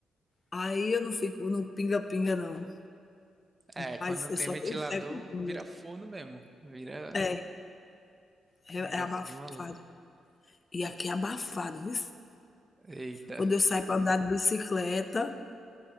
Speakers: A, on the left; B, on the right.
A: aí eu não fico no pinga-pinga não,
B: É, quando
A: mas
B: não
A: eu
B: tem
A: só
B: ventilador,
A: tenho fé com pinga.
B: vira forno mesmo. Vira
A: É, é
B: negócio
A: é abafado.
B: de maluco.
A: E aqui é abafado, viu.
B: Eita.
A: Quando eu saio para andar de bicicleta,